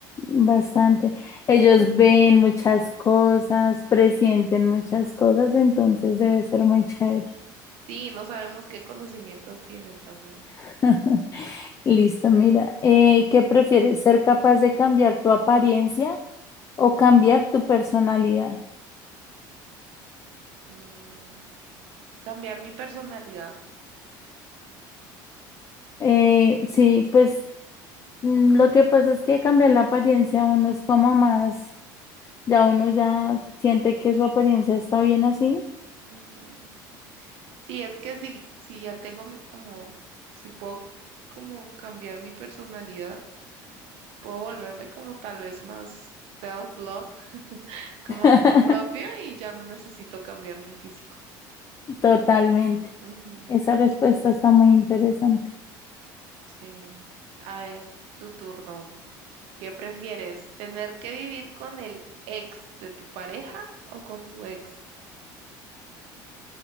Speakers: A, on the left; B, on the right.
A: Bastante. Ellos ven muchas cosas, presienten muchas cosas, entonces debe ser muy chévere.
B: Sí, no sabemos qué conocimientos tienen también.
A: <laughs> Listo, mira, eh, ¿qué prefieres? ¿Ser capaz de cambiar tu apariencia o cambiar tu personalidad?
B: Mm, cambiar mi personalidad.
A: Eh, sí, pues mm, lo que pasa es que cambiar la apariencia uno es como más, ya uno ya siente que su apariencia está bien así.
B: Ujú. Sí, es que si, si ya tengo m- como, si puedo como cambiar mi personalidad, puedo volverme como tal vez más self-love como
A: <laughs>
B: amor propio y ya no necesito cambiar mi físico.
A: Totalmente.
B: Ujú,
A: Esa respuesta está muy interesante.
B: sí. A ver, tu turno. ¿Qué prefieres? ¿Tener que vivir con el ex de tu pareja o con tu ex?